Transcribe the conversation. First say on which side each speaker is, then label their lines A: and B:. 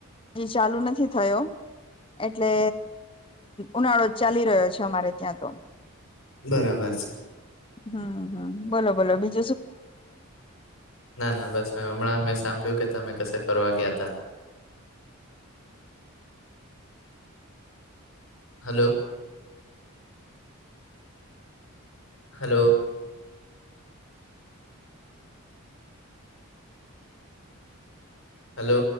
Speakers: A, on the left; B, on the left.
A: ચાલુ નથી થયો એટલે ઉનાળો જ ચાલી રહ્યો છે અરે ત્યાં તો
B: બરાબર છે
A: હમ હમ બોલો બોલો બીજ
B: ના ના બસ મે હમણાં મેં સાંભળ્યું કે તમે કસે ફરવા ગયા તા હલો હલો હલો